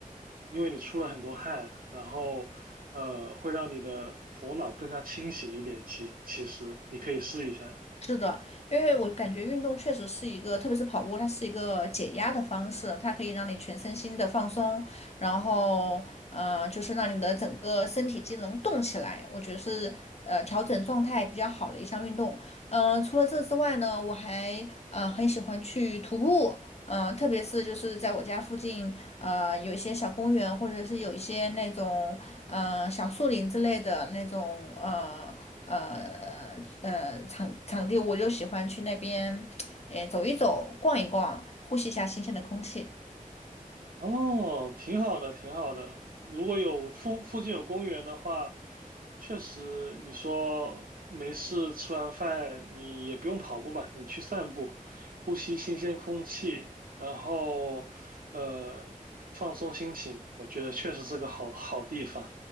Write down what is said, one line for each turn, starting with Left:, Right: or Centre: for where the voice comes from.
Right: 因为你出了很多汗，然后呃会让你的头脑更加清醒一点。其其实你可以试一下。
Left: 是的，因为我感觉运动确实是一个，特别是跑步，它是一个解压的方式，它可以让你全身心的放松，然后呃，就是让你的整个身体机能动起来，我觉得是呃调整状态比较好的一项运动。嗯、除了这之外呢，我还呃很喜欢去徒步，嗯、特别是就是在我家附近，呃有一些小公园，或者是有一些那种。嗯，小树林之类的那种呃呃呃场场地，我就喜欢去那边，诶走一走，逛一逛，呼吸一下新鲜的空气。
Right: 哦，挺好的，挺好的。如果有附附近有公园的话，确实你说没事吃完饭，你也不用跑步嘛，你去散步，呼吸新鲜空气，然后呃放松心情，我觉得确实是个好好地方。